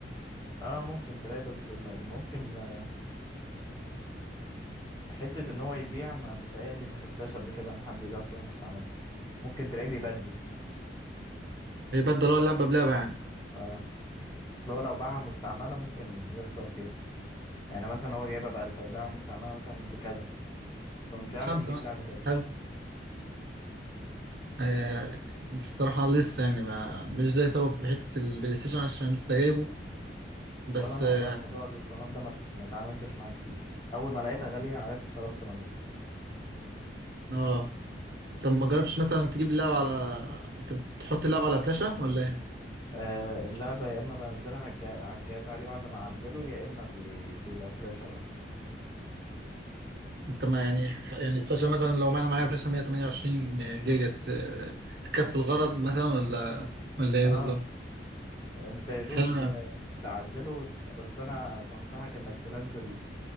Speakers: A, on the left; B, on the right.
A: اه ممكن تلاقي بس م- ممكن آه، حتة ان هو يبيع ما متهيألي ما شفتهاش قبل كده ان حد يبيع صورة مستعملة ممكن تلاقيه بيبدل
B: بيبدل هو اللعبه بلعبه يعني
A: اه اصل هو لو باعها مستعملة ممكن يخسر فيها يعني مثلا هو جايبها بألف هيبيعها مستعملة مثلا بكذا فمش هيعرف
B: خمسه
A: يجيب
B: مثلا
A: لعبة تاني
B: حلو آه الصراحه لسه يعني ما مش ده يسوي في حته البلاي ستيشن عشان لسه جايبه بس
A: ولا انا
B: اه
A: والله موضوع الاسطوانات ده ما ما اتعاملتش معاه كتير اول ما لقيتها غاليه عارف صرفت نظر
B: آه. طب ما جربتش مثلا تجيب اللعبه على انت بتحط اللعبه على فلاشه ولا إيه؟
A: آه اللعبه يا اما بنزلها على الجا- على الجهاز عادي بعد ما اعدله يا اما بي... بيبقى فلاش اه
B: انت ما يعني يعني الفلاشة مثلا لو انا معايا فلاشة 128 جيجا ت- تكفي الغرض مثلا ولا ولا ايه
A: اه
B: بالظبط
A: انت يا دوب
B: حلو يعني
A: تعدله وت... بس انا بنصحك انك تنزل